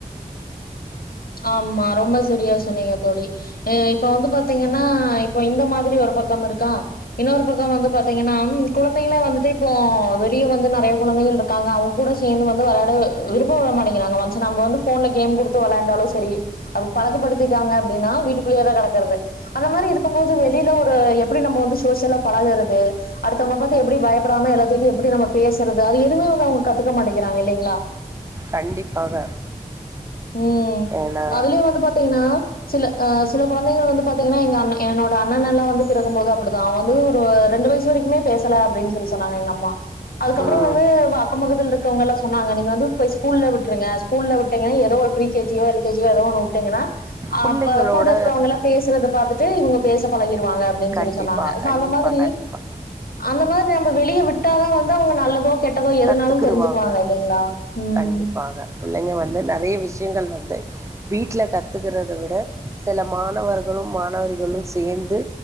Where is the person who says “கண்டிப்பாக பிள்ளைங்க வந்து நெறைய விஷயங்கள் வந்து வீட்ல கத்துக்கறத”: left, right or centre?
Right